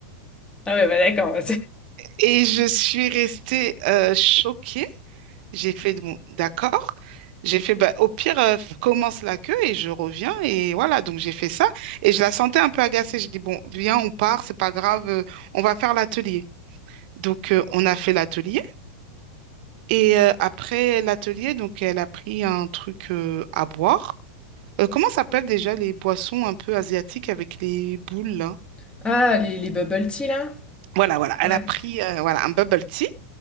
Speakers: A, on the left; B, on the right.
A: Ah ouais, bah d'accord.
B: et je suis restée euh, choquée J'ai fait, bon, d'accord. J'ai fait, bah, au pire, euh, f- commence la queue et je reviens. Et voilà, donc j'ai fait ça. Et je la sentais un peu agacée. J'ai dit, bon, viens, on part, c'est pas grave, euh, on va faire l'atelier. Donc, euh, on a fait l'atelier. Et euh, après l'atelier, donc, elle a pris un truc euh, à boire. Euh, comment s'appellent déjà les boissons un peu asiatiques avec les boules, là?
A: <laughs> Ah, les, les bubble tea, là?
B: Voilà, voilà. Elle
A: Ouais.
B: a pris euh, voilà, un bubble tea.